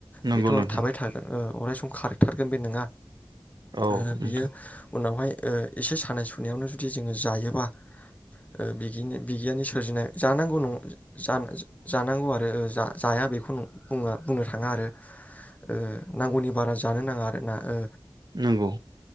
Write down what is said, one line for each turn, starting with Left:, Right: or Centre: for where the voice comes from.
Right: नंगौ
Left: बेथ'
Right: नोंथां
Left: थाबाय थागोन ओ अराय सम खारथारगोन बे नोङा
Right: औ
Left: ओ
Right: नोंथां
Left: बियो उनावहाय ओ एसे सानाय सुनायावनो जुदि जोङो जायोबा ओ बिगिनो बिगियाननि सोरजिनाय जानांगौ नं जान जानांगौ आरो जा जाया बेखौ बुंङो बुंनो थाङा आरो ओ नांगौनि बारा जानो नाङा आरो ना ओ
Right: नंगौ